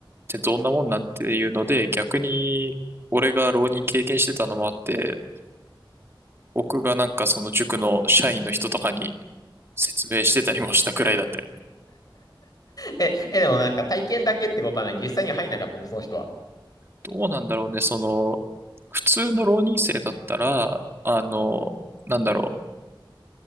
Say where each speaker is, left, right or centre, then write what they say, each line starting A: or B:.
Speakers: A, on the right; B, on the left.
A: てどんなもんなんっていうので、逆に、俺が浪人経験してたのもあって、僕がなんかその塾の社員の人とかに説明してたりもしたくらいだって。
B: え、え、でもなんか体験だけってことはない。実際には入んなかったの、その人は。
A: どうなんだろうね、その、普通の浪人生だったら、あの、なんだろ